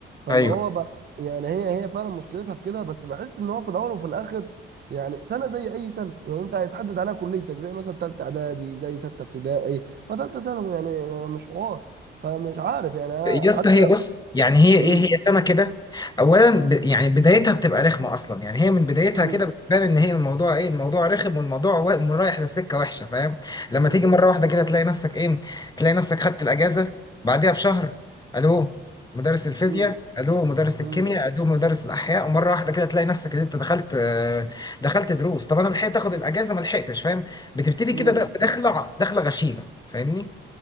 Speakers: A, on the right; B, on the left.
A: فاللي
B: أيوه
A: هو بقى يعني هي هي فعلا مشكلتها في كده بس بحس ان هو في الاول وفي الاخر يعني سنه زي اي سنه يعني انت هيتحدد عليها كليتك زي مثلا ثالثه اعدادي زي سته ابتدائي فتالته ثانوي يعني يعني مش حوار فمش عارف يعني انا
B: يا اسطى
A: حتى
B: هي بص يعني هي
A: امم
B: ايه هي سنه كده اولا ب... يعني بدايتها بتبقى رخمه اصلا يعني هي من بدايتها
A: امم
B: كده بتبان ان هي الموضوع ايه الموضوع رخم والموضوع و... رايح لسكه وحشه فاهم لما
A: امم
B: تيجي مره واحده كده تلاقي نفسك ايه تلاقي نفسك خدت الاجازه بعديها بشهر الو مدرس الفيزياء
A: امم
B: الو مدرس
A: امم
B: الكيمياء الو مدرس الاحياء ومره واحده كده تلاقي نفسك ان انت دخلت آه، دخلت دروس طب انا لحقت اخد الاجازه ما لحقتش فاهم بتبتدي
A: امم
B: كده داخله داخله غشيمه فاهمني